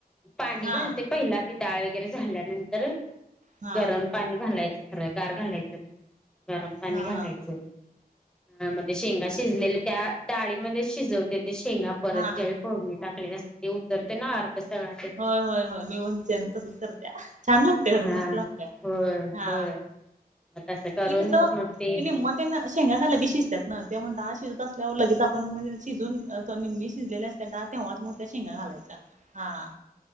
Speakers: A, in the centre; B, on the right (about 50°).
A: पाणी
B: हा
A: घालते पहिला ती डाळ वगैरे झाल्यानंतर
B: हा
A: गरम पाणी घालायचं खरं गार घालायचं नाही गरम पाणी
B: हा
A: घालायचं.
B: हा
A: ह म ते शेंगा शिजलेले त्या डाळीमध्ये शिजवते ते शेंगा परत
B: हा
A: ज्या फोडणी टाकले असते ते उतरते ना अर्क सगळ्या त्या
B: होय होय होय मी म्हणच्यान तसच करत्या छान लागते गरम
A: हा
B: मस्त लागत्या
A: होय
B: हा.
A: होय मग तसं करून
B: मी कसं
A: मग ते
B: हे निम्म त्यांना शेंगा काय लगीच शिजत्यात ना त्यामुळं डाळ शिजत असल्यावर लगेच आपण, मग शिजवून तर निम्मी शिजलेली असत्या डाळ तेव्हाच म त्या शेंगा घालायचा हा.